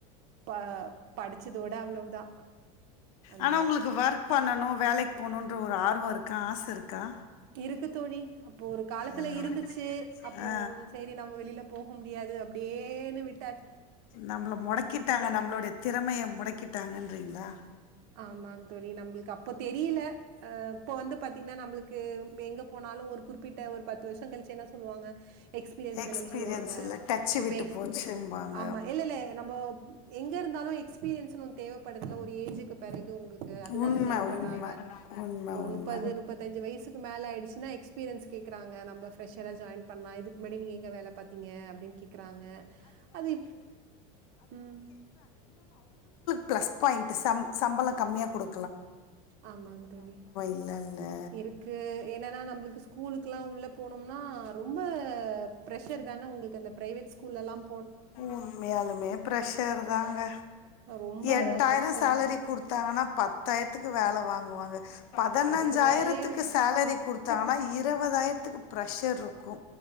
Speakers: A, on the right; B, on the left.
A: ப படிச்சதோட அவ்வளவுதான். அந்த
B: ஆனா உங்களுக்கு ஒர்க் பண்ணணூ வேலைக்கு போணுன்ற ஒரு ஆர்வோ இருக்கா ஆஸ் இருக்கா
A: இருக்கு தோழி அப்போ ஒரு காலத்துல
B: ஆ
A: இருந்துச்சு அப்புறம்
B: ஆ
A: சரி நம்ம வெளில போக முடியாது அ யேன்னு விட்
B: நம்மள மொடக்கிட்டாங்க நம்மளோடைய திறமைய மொடக்கிட்டாங்கன்றீங்ளா
A: ஆமாங் தோழி நம்ளுக்கு அப்ப தெரியில அ இப்ப வந்து பாத்தீங்னா நம்ளுக்கு எங்க போனாலு ஒரு குற்பிட்ட ஒரு பத்து வருஷ கழிச்சி என்ன சொல்லுவாங்க எக்ஸ்பீரியன்ஸ்
B: எக்ஸ்பீரியன்ஸ்
A: வேணுன் சொல்வாங்க
B: இல்ல டச்சு
A: இப்ப
B: விட்டு
A: எக்ஸ்
B: போச்சும்பாங்க
A: ஆமா இல்ல இல்ல நம்போ எங்க இருந்தாலு எக்ஸ்பீரியன்ஸ்னு ஒன்னு தேவப்படுதுல ஒரு ஏஜ் பெறகு உங்களுக்கு அதுதான
B: உண்ம
A: தேவபடறாங்க
B: உண்ம உண்ம
A: ஒரு
B: உண்ம
A: முப்பது முப்பத்தஞ்சு வயசுக்கு மேல ஆயிடுச்சுன்னா எக்ஸ்பீரியன்ஸ் கேக்கறாங்க நம்ம ஃப்ரஷரா ஜாயின் பண்ணா இதுக்கு முன்னாடி நீங்க எங்க வேல பாத்தீங்க அப்படின் கேக்குறாங்க அது ம்
B: பிளஸ் பாயிண்ட் சம் சம்பளத் கம்மியா குடு
A: ஆமாங் தோழி
B: இல்லல்ல
A: இருக்கு என்னன்னா நம்ளுக்கு ஸ்கூலுக்குல்லா உள்ள போனோம்னா ரொம்ப பிரஷர் தான உங்ளுக்கு அந்த பிரைவேட் ஸ்கூல்லல்லாம்
B: உண்மையாலுமே ப்ரஷர் தாங்க
A: ரொம்ப
B: எட்டாயிரொ
A: கஷ்டம்.
B: சேலரி குடு தான பத்தாயிரத் க்கு வேல வாங்குவாங்க பதினஞ்சாயிரத்துக்கு
A: அதுக்கு மேலயே
B: சேலரி குடுத்தா இத் இருவதாயிரத்துக்கு ப்ரஷர் இருக்கு